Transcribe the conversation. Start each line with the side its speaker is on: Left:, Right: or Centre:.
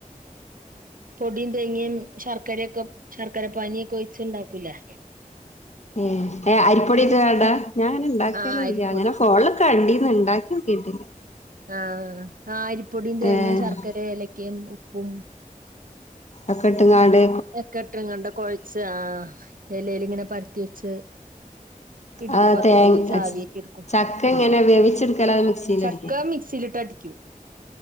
Right: പൊടിയും തേങ്ങയും ശർക്കരയൊക്കെ ശർക്കര പാനിയൊക്കെ ഒഴിച്ച്ണ്ടാക്കൂലേ
Left: ഏഏ അരിപ്പൊടിത് വേണ്ടാ ഞാങ്ങനെ ണ്ടാക്കലില്യ
Right: ആഹ് അരിപ്പൊടി
Left: ങ്ങനെ ഫോൺല് കണ്ടീന്ന്. ഇണ്ടാക്ക്യോക്കീട്ടില്ല.
Right: ആഹ്. ആഹ് അരിപ്പൊടിം തേങ്ങേ
Left: ഏഹ്
Right: ശർക്കരേം എലക്കേം ഉപ്പും
Left: ഒക്കെട്ട്ങ്ങാണ്ട്,
Right: എക്കട്ട്ങ്ങണ്ട് കൊഴച്ച് ആഹ് എലേല് ങ്ങനെ പരത്തി വെച്ച്. ഇഡ്ലി
Left: ആ
Right: പാത്രത്തിൽ
Left: തേങ്ങ
Right: വെച്ച് ആവ്യേറ്റിട്ക്കും.
Left: ചക്ക ഇങ്ങനെ വേവിച്ചെടുക്കല അത് മിക്സിൽ
Right: ചക്ക
Left: അടിക്കല
Right: മിക്സ്‌ സിലിട്ടടിക്യും.